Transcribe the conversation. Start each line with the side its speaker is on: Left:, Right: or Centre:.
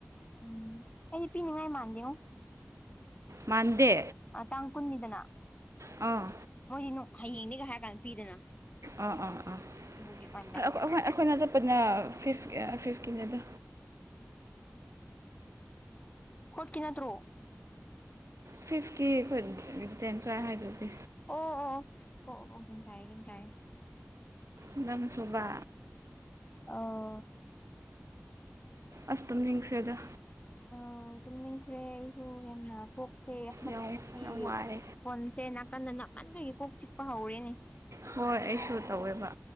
Left: ꯎꯝ ꯑꯩꯗꯤ ꯄꯤꯅꯤꯡꯉꯥꯏ ꯃꯥꯥꯟꯗꯦꯉꯣ꯫
Right: ꯃꯥꯟꯗꯦ꯫
Left: ꯇꯥꯡ ꯀꯨꯟꯅꯤꯗꯅ
Right: ꯑꯥ
Left: ꯃꯣꯏꯒꯤ ꯅꯨꯡ ꯍꯥꯌꯦꯡꯅꯦꯒ ꯍꯥꯏꯔ ꯀꯥꯟꯗ ꯄꯤꯗꯅ꯫
Right: ꯑꯥ ꯑꯥ ꯑꯥ
Left: ꯑꯗꯨꯒꯤ ꯃꯥꯟꯗꯕ
Right: ꯑꯩꯈꯣꯏ ꯑꯩꯈꯣꯏꯅ ꯆꯠꯄꯅ ꯐꯤꯐ ꯑꯥ ꯐꯤꯐꯀꯤꯅꯤꯗ꯫
Left: ꯀꯣꯠ ꯀꯤ ꯅꯠꯇ꯭ꯔꯣ?
Right: ꯐꯤꯐꯀꯤ ꯑꯩꯈꯣꯏ <unintelligible> ꯆꯥꯏ ꯍꯥꯏꯗꯨꯗꯤ꯫
Left: ꯑꯣ ꯑꯣ ꯑꯣ ꯑꯣ ꯑꯣ ꯒ꯭ꯌꯥꯟ ꯇꯥꯌꯦ ꯒ꯭ꯌꯥꯟ ꯇꯥꯌꯦ꯫
Right: ꯥꯅꯪꯅ ꯁꯨꯕ꯫
Left: ꯑꯥ
Right: ꯑꯁ ꯇꯨꯝꯅꯤꯡꯈ꯭ꯔꯦꯗ꯫
Left: ꯑꯥ ꯇꯨꯝꯅꯤꯡꯈ꯭ꯔꯦ ꯑꯩꯁꯨ ꯌꯥꯝꯅ ꯍꯟꯗꯛꯇꯤ
Right: ꯌꯥꯝ ꯌꯥꯝ ꯋꯥꯏ
Left: ꯐꯣꯟꯁꯦ ꯅꯥꯀꯟꯗ ꯅꯞꯃꯟꯕꯒꯤ ꯀꯣꯛ ꯆꯤꯛꯄ ꯍꯧꯔꯦꯅꯦ꯫
Right: ꯍꯣꯏ ꯑꯩꯁꯨ ꯇꯧꯋꯦꯕ